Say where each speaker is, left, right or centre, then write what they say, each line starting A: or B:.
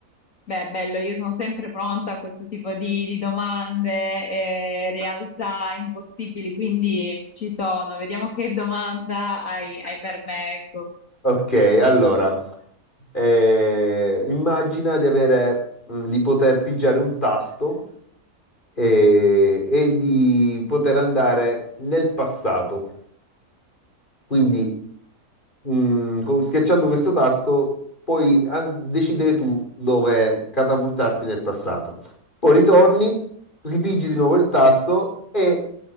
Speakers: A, on the left; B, on the left.
A: Beh, bello, io sono sempre pronta a questo tipo di, di domande e realtà impossibili, quindi ci sono. Vediamo che domanda hai, hai per me, ecco.
B: Ok, allora, eh, immagina di avere, mh, di poter pigiare un tasto eh, e di poter andare nel passato. Quindi mm, co- schiacciando questo tasto puoi an- decidere tu dove catapultarti nel passato. Poi ritorni, ripigi di nuovo il tasto e